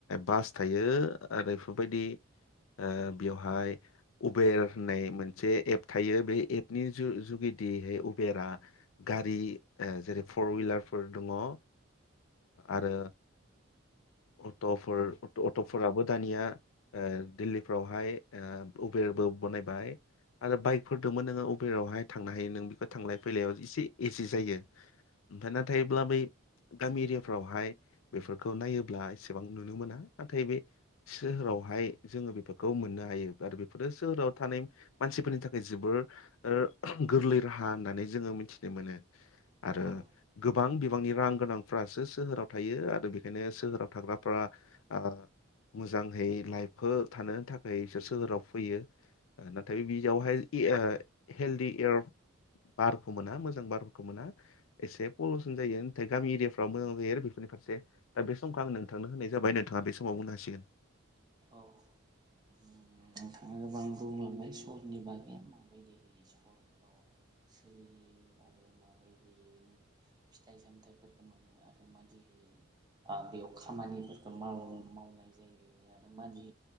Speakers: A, on the left; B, on the right.
A: बास थायो आरो बादि ओ बेवहाय उबेर होननाय मोनसे एप थायो बे एप नि जु-जुगिदिहै उबेरा गारि ओ जेरै फर विलारफोर दङ ओ आरो अट'फोर अट' अट'फोराबो दानिया ओ दिल्लीफ्रावहाय ओ उबेरबो बनायबाय आरो बाइकफोर दोंबो नोङो उबेरावहाय थांनो हायो नों बो थांलाय फैलायाव एसे एस से जायो ओमफ्राय नाथायब्ला बै गामि एरियाफ्रावहाय बेफोरखौ खौ नायोब्ला एसेबां नुनो मोना नाथाय बे सोहोरावहाय जोङो बेफोरखौ मोननो हायो आरो बे फोरो सोहोराव थानाय मानसिफोरनि थाखाय जोबोर ओ गोरलै राहा होननानै जोङो मिथिनो मोनो। आरो
B: औ
A: गोबां बिबांनि रां गोनांफ्रासो सोहोराव थायो आरो बे खायनो सोहोराव थाग्राफ्रा आ मोजांहै लाइफखो थानो थाखाय सो सोहोराव फैयो। आ नाथाय बियावहाय इ ओ हेलदि एयार बारखौ मोना मोजां बारखौ मोना। एसे पलिउसन जायो नाथाय गामि एरियाफ्राव मोजां जायो आरो बेफोरनि फारसे। दा बे समखौ आं नोंथांनो होनाय जाबाय नोंथाङा बे समाव बुंनो हसिगोन।
B: औ उम नोंथाङा गोबां बुंलांबाय सहरनि बागै माबायदिहै सहर आव सोलियो आरो माबायो दि फिथाइ सामथफोरखौ मोनो आरो मान आ बेयाव खामानिफोरखौ माव मावनाय जायो आरो मादि